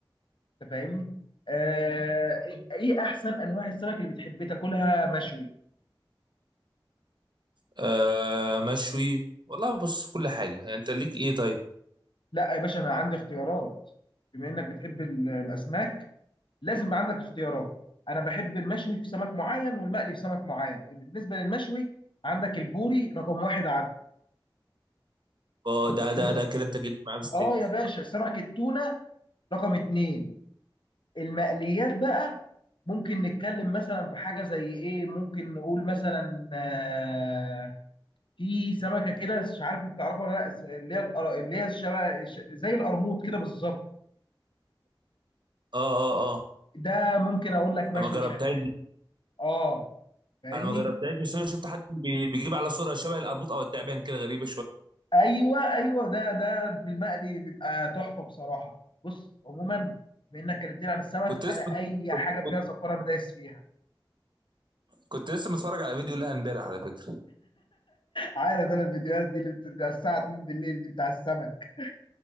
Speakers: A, on the left; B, on the right.
A: انت فاهمني آه ايه احسن انواع السمك اللي بتحب تاكلها مشوي
B: آه مشوي والله بص كل حاجه يعني انت ليك ايه طيب
A: لا يا باشا انا عندي اختيارات بما انك بتحب ال- الاسماك لازم يبقى عندك اختيارات انا بحب المشوي في سمك معين والمقلي في سمك معين بالنسبه للمشوي عندك البوري رقم واحد
B: اه
A: عندي
B: ده ده ده كده انت جيت معاه في السكه
A: اه يا باشا صنعة التونة رقم اتنين المقليات بقى ممكن نتكلم مثلا في حاجة زي ايه ممكن نقول مثلا آه، في سمكة كده مش عارف انت تعرفها ولا لا اس- اللي هي القر- اللي هي شبه ش- زي القرموط كده بالظبط
B: اه اه
A: ده ممكن اقول لك مشوي
B: انا ما جربتهاش
A: شغال
B: دي.
A: اه فاهمني
B: انا ما جربتهاش بس انا شفت حد بي- بيجيب على صوره شبه القرموط او التعبان كده غريبه شويه
A: ايوه ايوه ده ده في المقلي بيبقى تحفة بصراحة بص عموما بما انك كلمتني عن السمك
B: كنت لسه
A: انا
B: كنت
A: اي
B: كنت,
A: حاجة
B: كنت
A: فيها زفارة انا دايس فيها
B: كنت لسه متفرج على فيديو لها امبارح على فكره
A: عارف انا الفيديوهات دي اللي بتبقى الساعة 2 بالليل دي بتاع السمك